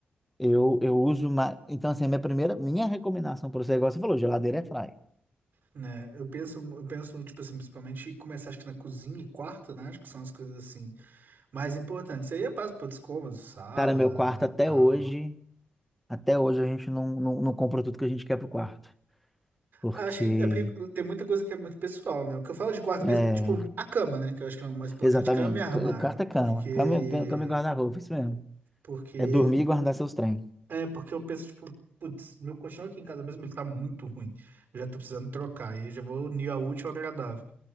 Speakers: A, in the centre; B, on the right.
A: eu, eu uso uma... Então, assim, a minha primeira, minha recomendação para você, igual você falou, geladeira airfry.
B: Né, eu penso, eu penso, tipo assim, principalmente começar acho que na cozinha e quarto, né? Acho que são as coisas assim. Mais importante. Isso aí é para outros cômodos, sala
A: Cara, meu quarto até
B: e tal.
A: hoje, até hoje a gente não, não, não compra tudo que a gente quer pro quarto. Porque
B: Acho que é porque tem muita coisa que é muito pessoal, né? O que eu falo de quarto
A: É,
B: mesmo é tipo a cama, né? Que eu acho que é o mais importante,
A: exatamente.
B: cama e armário.
A: C- Quarto é cama.
B: Porque.
A: Cama, e- cama, cama e guarda-roupa, isso mesmo.
B: Porque.
A: É dormir e guardar seus trem.
B: É, porque eu penso, tipo, putz, meu colchão aqui em casa mesmo, ele tá muito ruim. Eu já tô precisando trocar. E eu já vou unir a útil ao agradável.